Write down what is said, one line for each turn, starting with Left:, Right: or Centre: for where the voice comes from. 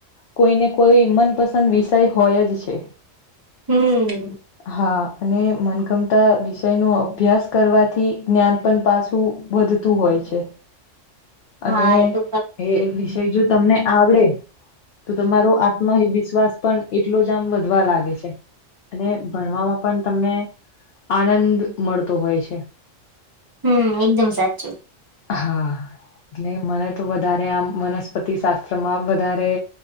Left: કોઈ ને કોઈ મનપસંદ વિષય હોય જ છે.
Right: હમ્મ.
Left: હા અને મનગમતા વિષય નો અભ્યાસ કરવાથી જ્ઞાન પણ પાછું વધતું હોય છે.
Right: હા
Left: અને
Right: એ તો ખરું.
Left: એ વિષય જો તમને આવડે તો તમારો આત્મવિશ્વાસ પણ એટલો જ આમ વધવા લાગે છે. અને ભણવામાં પણ તમને આનંદ મળતો હોય છે.
Right: હમ્મ એકદમ સાચું.
Left: હા એટલે મને તો વધારે આમ વનસ્પતિ શાસ્ત્રમાં વધારે